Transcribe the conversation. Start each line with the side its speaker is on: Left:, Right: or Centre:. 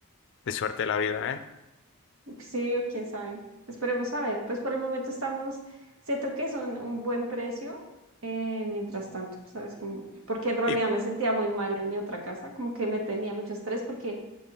Left: de suerte la vida, ¿eh?
Right: sí, o quién sabe. Esperemos a ver. Pues por el momento estamos, siento que es un, un buen precio, eh, mientras tanto, ¿sabes? Como, porque en realidad
Left: Y, cu-
Right: me sentía muy mal en mi otra casa, como que me tenía mucho estrés porque